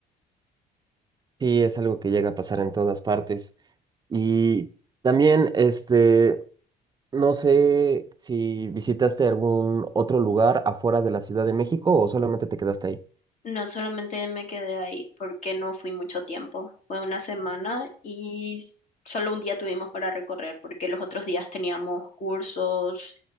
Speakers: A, on the right; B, on the left.
A: Sí, es algo que llega a pasar en todas partes. Y también, este, no sé si visitaste algún otro lugar afuera de la Ciudad de México o solamente te quedaste ahí.
B: No solamente me quedé ahí porque no fui mucho tiempo. Fue una semana y s- solo un día tuvimos para recorrer porque los otros días teníamos cursos